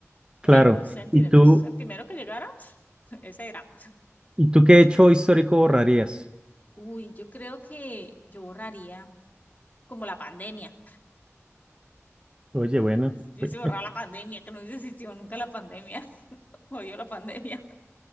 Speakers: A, on the right (about 20°); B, on the left (about 35°).
A: Claro.
B: un héroe, un sentir.
A: ¿Y tú,
B: Entonces el primero que llegara, <laughs> ese era.
A: y tú qué hecho histórico borrarías?
B: Uy, yo creo que yo borraría como la pandemia.
A: Oye, bueno,
B: Yo
A: pues,
B: se borraba la pandemia, que no hubiese existido nunca la pandemia. <laughs> Odio la pandemia.